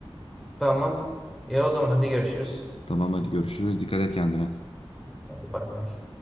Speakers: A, in the centre; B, on the left.
A: Tamam. İyi o zaman hadi görüşürüz.
B: Tamam hadi görüşürüz. Dikkat et kendine.
A: Hadi bay bay.